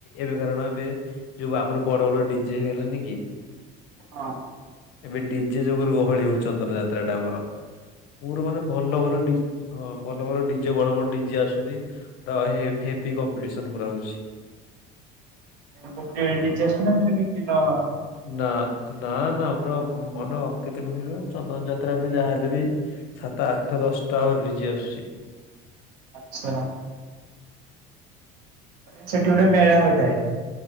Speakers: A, on the left (about 65°); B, on the right (about 75°).
A: ଏବେ କାରଣ ଏବେ ଯୋଉ ଆମର ବଡ ବଡ ଡିଜେ ହେଇଗଲାନି କି
B: ହଁ
A: ଏବେ ଡିଜେ ଯୁଗୁରୁ ଗହଳି ହଉଚି ଚନ୍ଦନ ଯାତ୍ରା ଟା ଆମର ପୁରା ମାନେ ଭଲଭଲ ଡିଜେ ହଁ ଭଲ ଭଲ ଡିଜେ ବଡସବଡ ଡିଜେ ଆସୁଛନ୍ତି ତ ହେବି କମ୍ପିଟିସନ ପୁରା ହଉଛି।
B: ଗୋଟିଏ ଡିଜେ ଆସୁଚି ନା ମାନେ ଦି ତିନିଟା?
A: ନା ନା ନା ପର ମନ କେତେ କଣ କହିଲୁ ଚନ୍ଦନ ଯାତ୍ରା ବି ଯାହାହେଲେ ବି ସାତ ଆଠଟା ଦଶଟା ଆହୁରି ଡିଜି ଆସୁଛି।
B: ଆଚ୍ଛା ମାନେ ସେଠି ଗୋଟେ ମେଳା ହୋଇଥାଏ।